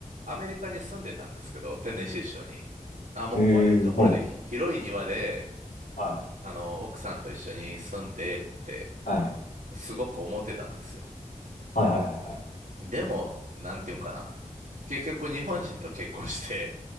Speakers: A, on the right; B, on the left.
A: あ、アメリカに住んでたんですけど、テネシー州に。あ、もうこういうところで広い庭で、
B: えー、はい。はい。
A: あの、奥さんと一緒に住んでって、
B: はい。
A: すごく思ってたんですよ。
B: はいはいはいは
A: でも、なんていうんかな。結局日本人と結婚して、